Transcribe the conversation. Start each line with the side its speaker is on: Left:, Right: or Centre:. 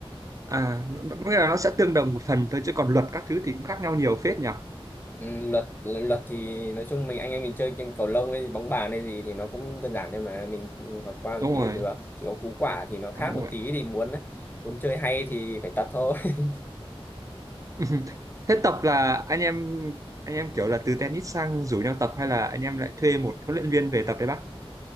Right: À, nó- có nghĩa là nó sẽ tương đồng một phần thôi chứ còn luật các thứ thì cũng khác nhau nhiều phết nhỉ?
Left: Ừ, luật luật thì nói chung mình anh em mình chơi game cầu lông hay bóng bàn hay gì thì nó cũng đơn giản thôi mà mình học qua một
Right: Đúng
Left: tí là
Right: rồi,
Left: được chỉ có cú quả thì nó khác
Right: à, đúng
Left: một
Right: rồi.
Left: tí thì muốn muốn chơi hay thì phải tập thôi <laughs>
Right: <laughs> Thế tập là anh em anh em kiểu là từ tennis sang rủ nhau tập hay là anh em lại thuê một huấn luyện viên về tập đấy bác?